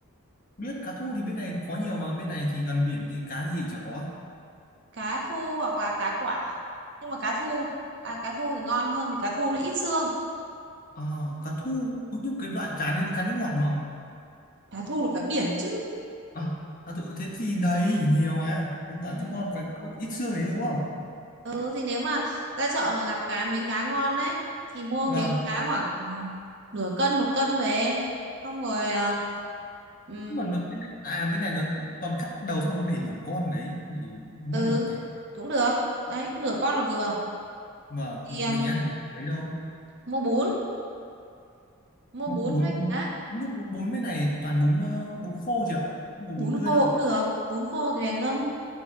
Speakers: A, on the left; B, on the right.
A: biết cá thu thì bên này có nhiều mà bên này thì gần biển thì cá gì chả có
B: Cá thu hoặc là cá quả. Nhưng mà cá thu à, cá thu thì ngon hơn vì cá thu nó ít xương.
A: à, cá thu có nhưng cái loại cá nên cá nước ngọt mà
B: Cá thu là cá biển chứ.
A: Ờ, à, cá thu, thế thì đấy nhiều mà cái loại
B: Ừ.
A: thơm ngon cái có ít xương đấy đúng không
B: Ừ thì nếu mà ra chợ mà gặp cá miếng cá ngon đấy thì mua
A: vâng
B: miếng cá khoảng ừ, nửa cân một cân về. Xong rồi ờ, ừ,
A: Nhưng mà nó, bên này, à bên này nó toàn cắt đầu xong nó để nửa con đấy thì mua
B: ừ
A: được nhỉ
B: cũng được đấy nửa con là vừa
A: vâng
B: thì
A: một
B: um,
A: mình ăn thì mấy đâu
B: mua bún mua
A: bún
B: bún
A: bún
B: với cá
A: bún bún bên này toàn bún ờ, bún khô chị ạ không có
B: bún
A: bún tươi
B: khô
A: đâu
B: cũng được bún khô thì về ngâm